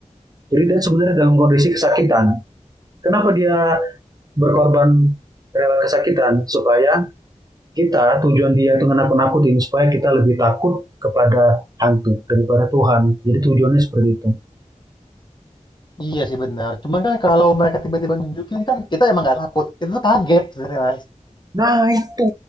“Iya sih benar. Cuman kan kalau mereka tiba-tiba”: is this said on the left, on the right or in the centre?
Left